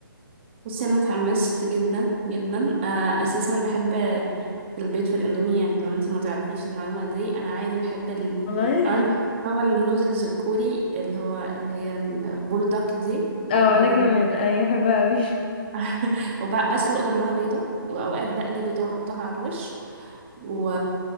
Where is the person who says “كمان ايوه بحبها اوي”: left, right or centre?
Left